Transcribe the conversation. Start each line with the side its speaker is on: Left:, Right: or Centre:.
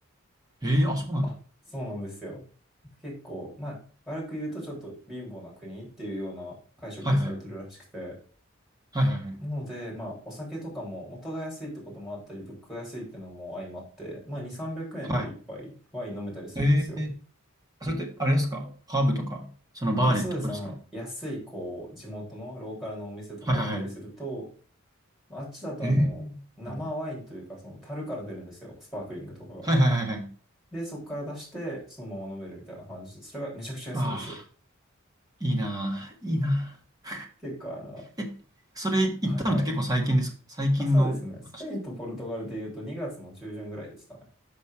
Right: へえ、あ、そうなんだ。
Centre: あ、そうなんですよ。結構、まあ、悪く言うとちょっと貧乏な国っていうような解釈をされてるらしくて。
Right: はいはい。はいはいはい。
Centre: なので、まあ、お酒とかも元が安いってこともあったり、物価が安いっていうのも相まって、まあ、2、300円で一杯ワイン飲めたりするんですよ。
Right: はいえー、それってあれですかハーブとか、そのバーでってことですか
Centre: あ、そうです。あの、安い、こう、地元のローカルのお店とか行ったりすると、
Right: はいはいはい。
Centre: まああっちだと、
Right: えー、
Centre: あの、生ワインというか、
Right: は
Centre: その、樽から出るんですよ。スパークリングとかが。
Right: いはいはいはい。
Centre: で、そこから出して、そのまま飲めるみたいな感じで、それがめちゃくちゃ安いんですよ。
Right: ああ、いいなあ、いいなあ。
Centre: 結構あの、
Right: え、それ行ったのって結構最近ですか最近の話ですか
Centre: はいはい。あ、そうですね。スペインとポルトガルで言うと2月の中旬ぐらいですかね。